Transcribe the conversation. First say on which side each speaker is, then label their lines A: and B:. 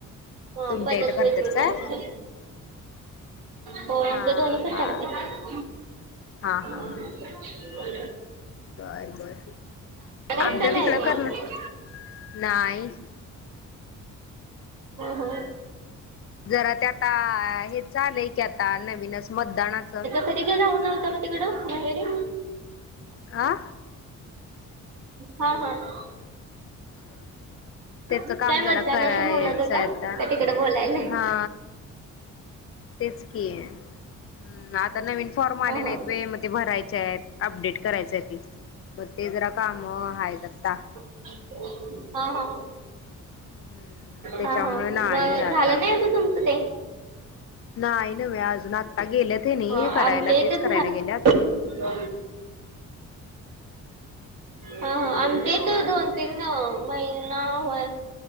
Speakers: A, on the right; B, on the left.
A: हा
B: तुमच्या
A: पद्धत
B: इथं करतात
A: वेगवेगळी
B: काय?
A: आहे. हो आमच्या
B: हा
A: दोन्ही पण
B: हा
A: करत्यात
B: हा
A: होय
B: हा हा
A: जा
B: बर बर
A: आहेत
B: आमच्या
A: का नाही
B: तिकडं
A: मग?
B: करणार नाही.
A: हं हं.
B: जरा ते आता हे चालय की आता नवीनच मतदानाचं.
A: तरी बी जाऊन आलता का तिकडं माहेरी
B: अ
A: हा हा.
B: <inaudible> त्याच
A: काय
B: काम
A: मतदानाचं
B: जरा करायचं
A: म्हणत होता
B: आता
A: का तिकडं बोलायला?
B: हा.
A: <inaudible>
B: तेच कि हम् आता नवीन फॉर्म
A: हा
B: आले
A: हा.
B: नाहीत वे म ते भरायचे आहेत अपडेट करायच ते. मग ते जरा काम आहेत आत्ता.
A: हा. हा.
B: हम्म त्याच्यामुळे
A: हा हा मग
B: नाही
A: झालं
B: आता
A: नाही अजून तुमचं ते.
B: नाही नव्हे अजून आता गेलेत हे नाही
A: हं आमच्या
B: करायला तेच
A: इथं
B: करायला
A: झा
B: गेल्यात.
A: हा हा आणि ते तर दोन तीन महिना होय